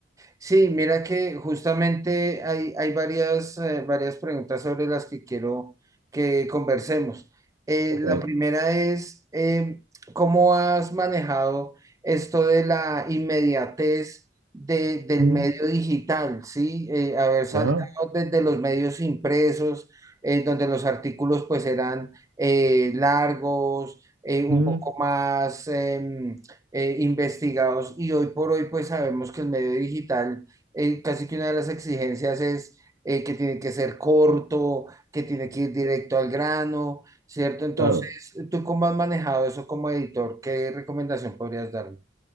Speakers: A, on the right (about 20°); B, on the right (about 80°).
A: Sí, mira que justamente hay, hay varias, eh, varias preguntas sobre las que quiero que conversemos. Eh,
B: Ok.
A: la primera es, eh, ¿cómo has manejado esto de la inmediatez de- del
B: Mm,
A: medio digital? ¿Sí? Eh, haber saltado
B: ya,
A: desde los medios impresos, eh, donde los artículos pues eran eh, largos, eh, un
B: mm,
A: poco más... em, eh, investigados y hoy por hoy pues sabemos que el medio digital, eh, casi que una de las exigencias es eh, que tiene que ser corto, que tiene que ir directo al grano, ¿cierto? Entonces,
B: claro.
A: ¿tú cómo has manejado eso como editor? ¿Qué recomendación podrías darme?